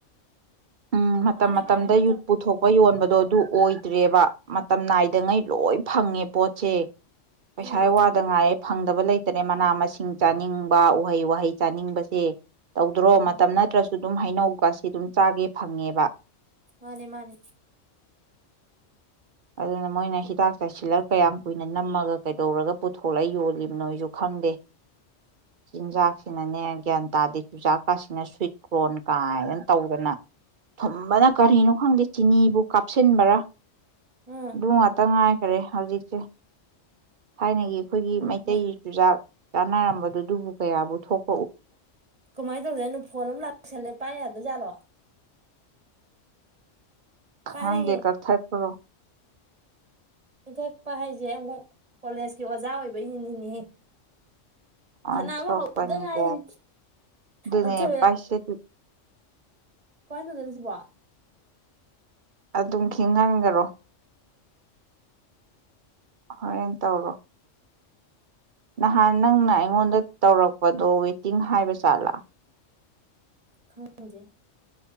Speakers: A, on the right (about 55°); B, on the right (about 30°).
A: ꯎꯝ ꯃꯇꯝ
B: ꯃꯥꯅꯦ
A: ꯃꯇꯝꯗ
B: ꯃꯥꯏ ꯃꯥꯏ ꯃꯇꯝ
A: ꯌꯨꯠ ꯄꯨꯊꯣꯛꯄ ꯌꯣꯟꯕꯗ ꯑꯗꯣ ꯑꯗꯨ ꯑꯣꯏꯗ꯭ꯔꯦꯕ ꯃꯇꯝ ꯅꯥꯏꯗꯉꯩ ꯂꯣꯏ ꯐꯪꯉꯦ ꯄꯣꯠꯁꯦ ꯄꯩꯁꯥ
B: ꯎꯝ
A: ꯋꯥꯗ ꯉꯥꯏꯌꯦ ꯐꯪꯗꯕ ꯂꯩꯇꯅꯦ ꯃꯅꯥ ꯃꯁꯤꯡ ꯆꯥꯅꯤꯡꯕ ꯎꯍꯩ ꯋꯥꯍꯩ ꯆꯥꯅꯤꯡꯕꯁꯦ ꯇꯧꯗ꯭ꯔꯣ
B: ꯎꯝ
A: ꯃꯇꯝ ꯅꯠꯇ꯭ꯔꯁꯨ ꯁꯨ ꯑꯗꯨꯝ ꯍꯩꯅꯧꯒꯁꯤ ꯑꯗꯨꯝ ꯆꯥꯒꯦ ꯐꯪꯉꯦꯕ
B: ꯃꯥꯅꯦ ꯃꯥꯅꯦ
A: ꯑꯗꯨꯅ ꯃꯣꯏꯅ ꯍꯤꯗꯥꯛ ꯆꯥꯁꯤꯜꯂꯒ ꯀꯌꯥꯝ ꯀꯨꯏꯅ ꯅꯝꯃꯒ ꯀꯩꯗꯧꯔꯒ ꯄꯨꯊꯣꯛꯂ ꯌꯣꯜꯂꯤꯕꯅꯣꯁꯨ ꯈꯪꯗꯦ ꯆꯤꯟꯖꯥꯛꯁꯤꯅꯅꯦ ꯒ꯭ꯌꯥꯟ ꯇ ꯇꯥꯗꯗꯤ ꯆꯨꯖꯥꯛꯀꯥꯁꯤꯅ ꯁ꯭ꯋꯏꯠ ꯀ꯭ꯔꯣꯟ ꯀꯥꯏꯗꯅ ꯇꯧꯗꯅ ꯊꯨꯝꯕꯅ ꯀꯔꯤꯅꯣ ꯈꯪꯗꯦ ꯆꯤꯅꯤꯕꯨ ꯀꯥꯞꯁꯤꯟꯕꯔꯥ
B: ꯎꯝ
A: ꯉꯥꯛꯇ ꯉꯥꯏꯈꯔꯦ ꯍꯧꯖꯤꯛꯁꯦ ꯍꯥꯏ ꯅ ꯑꯩꯈꯣꯏꯒꯤ ꯃꯩꯇꯩ
B: ꯃꯥ
A: ꯆꯨꯖꯥꯛ ꯆꯥꯟꯅꯔꯝꯕꯗꯨꯗꯨꯕꯨ ꯀꯌꯥꯕꯨ ꯊꯣꯛ
B: ꯀꯃꯥꯏꯅ ꯇꯧꯗꯣꯏꯅꯣ ꯐꯣꯟ ꯑꯃ ꯂꯥꯛꯁꯜꯂꯦ ꯄꯥꯏ ꯌꯥꯗꯖꯥꯠꯂꯣ ꯄꯥꯏꯔꯦ
A: ꯍꯪ ꯗꯦ ꯀ ꯊꯥꯏ ꯇꯣ
B: ꯄꯤꯊꯛꯄ ꯍꯥꯏꯁꯦ ꯑꯃꯨꯛ ꯀꯣꯂꯦꯖꯀꯤ ꯑꯣꯖꯥ ꯑꯣꯏꯕꯩ ꯅꯤꯅꯦ
A: ꯑꯣꯟꯊꯣꯛꯄꯅꯤꯗ
B: ꯁꯅꯥꯕꯨ ꯍꯧꯗ ꯉꯥꯏꯅꯤ
A: ꯑꯗꯨꯅꯦ
B: ꯑꯊ
A: ꯄꯥꯏꯁꯤꯠ
B: ꯀꯣꯏ ꯇꯣꯗꯅꯤꯁꯤ ꯄꯣ
A: ꯑꯗꯨꯝ ꯈꯤꯍꯟꯈꯔꯣ ꯍꯣꯔꯦꯟꯦꯟ ꯇꯧꯔꯣ ꯅꯍꯥꯟ ꯅꯪꯅ ꯑꯩꯉꯣꯟꯗ ꯇꯧꯔꯛꯄꯗꯣ ꯋꯦꯇꯤꯡ ꯍꯥꯏꯕ ꯆꯥꯠꯂꯥ
B: ꯈꯪꯖꯩ